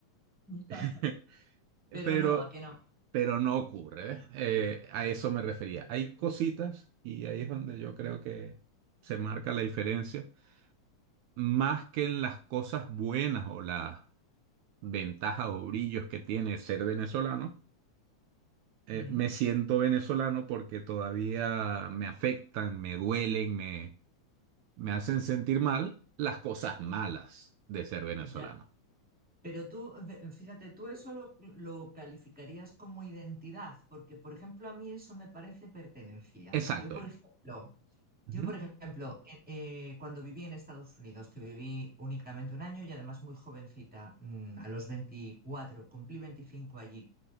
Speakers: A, in the centre; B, on the right (about 80°).
A: <laughs>
B: <laughs>
A: Pero
B: Pero
A: no, ¿a qué no?
B: pero no ocurre. ¿ves? Eh, a eso me refería. Hay cositas y ahí es donde yo creo que se marca la diferencia, más que en las cosas buenas o las ventajas o brillos que tiene ser venezolano. eh,
A: Mm,
B: me siento venezolano porque todavía me afectan, me duelen, me, me hacen sentir mal las cosas malas de ser venezolano.
A: ya, pero tú, ve- fíjate, tú eso lo, lo calificarías como identidad, porque, por ejemplo, a mí eso me parece pertenencia.
B: Exacto.
A: Yo, por ejemplo,
B: Ujú.
A: yo, por ejemplo, eh, eh, cuando viví en Estados Unidos, que viví únicamente un año y además muy jovencita, mm, a los 24 cumplí 25 allí.